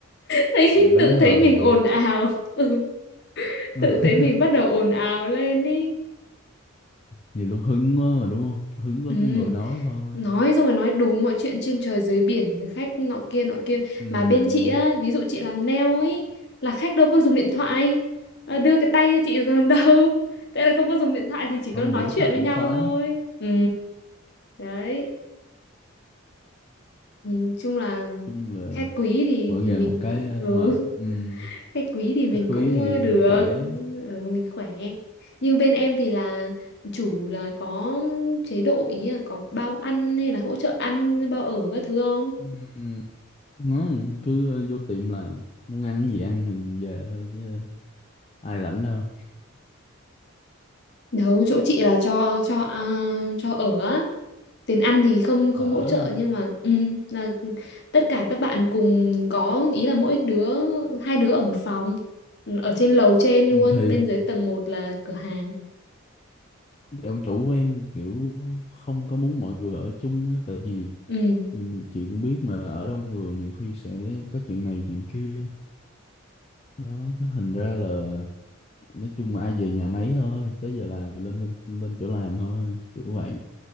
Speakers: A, on the left; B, on the left.
A: thấy
B: Bị lắm
A: tự
B: lời
A: thấy mình ồn
B: hả
A: ào ừ,
B: <laughs>
A: tự thấy mình bắt đầu ồn ào lên ý
B: nhiều lúc hứng quá mà đúng không hứng
A: ừ.
B: quá cứ ngồi nói thôi
A: nói xong rồi nói đủ mọi chuyện trên trời dưới biển khách nọ kia nọ kia
B: Ừm,
A: mà bên chị á ví dụ chị làm nail ấy là khách đâu có dùng điện thoại Ờ, đưa cái tay cho chị còn <laughs> đâu thế là không có dùng điện thoại thì chỉ có
B: không
A: nói
B: nhiều lúc
A: chuyện
B: khách
A: với
B: cũng
A: nhau
B: khoái
A: thôi ừ đấy nhìn chung là
B: chung là
A: khách quý thì
B: mỗi
A: thì
B: nghề
A: mình
B: một cái
A: cứ-
B: ờ,
A: ừ.
B: mệt
A: <laughs>
B: Ừm,
A: khách quý thì mình
B: khách có
A: cũng
B: ý thì
A: ờ, được
B: mình khỏe
A: ừ, mình khỏe nhưng bên em thì là chủ là có chế độ ý là có bao ăn hay là hỗ trợ ăn bao ở các thứ không
B: Ừm, nó cứ ờ, vô tiệm làm muốn ăn gì ăn rồi về thôi chứ ai rảnh đâu
A: đâu chỗ chị là cho cho à, cho ở á tiền ăn thì không không
B: ở
A: hỗ trợ nhưng mà ừ, là tất cả các bạn cùng có ý là mỗi đứa hai đứa ở một phòng ở trên lầu trên luôn
B: ừ, thì
A: bên dưới tầng một là cửa hàng
B: ông chủ của em kiểu không có muốn mọi người ở chung á tại vì
A: Ừ.
B: Ừ, chị cũng biết mà ở đông người nhiều khi sẽ có chuyện này chuyện kia đó cái thành ra là nói chung mà ai về nhà nấy thôi tới giờ làm thì lên công- lên chỗ làm thôi kiểu vậy